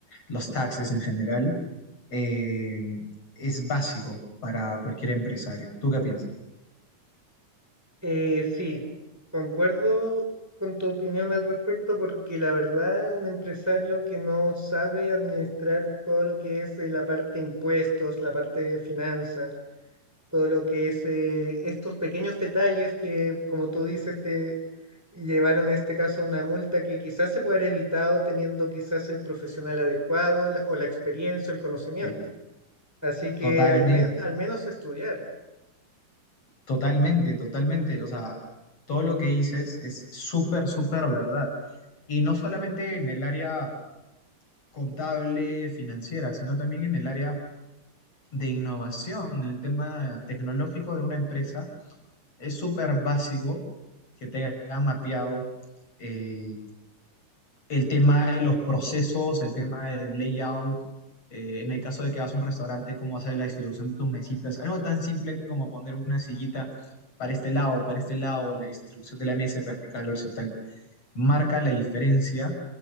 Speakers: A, on the left; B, in the centre.
A: los taxes en general, eh, es básico para cualquier empresario. ¿Tú qué piensas?
B: Eh, sí, concuerdo con tu opinión al respecto porque la verdad un empresario que no sabe administrar todo lo que es eh, la parte de impuestos, la parte de finanzas, todo lo que es eh, estos pequeños detalles que, como tú dices, te llevaron en este caso a una multa que quizás se puede haber evitado teniendo quizás el profesional adecuado la- o la experiencia, el conocimiento.
A: Sí,
B: Así que
A: totalmente.
B: al, men- al menos estudiar.
A: Totalmente, totalmente. O sea, todo lo que dices es súper, súper verdad. Y no solamente en el área contable, financiera, sino también en el área de innovación, en el tema tecnológico de una empresa. Es súper básico que te haya mapeado eh, el tema de los procesos, el tema del layout, eh, en el caso de que hagas un restaurante, cómo hacer la distribución de tus mesitas, algo tan simple como poner una sillita para este lado, para este lado, la distribución de la mesa en vertical, horizontal, marca la diferencia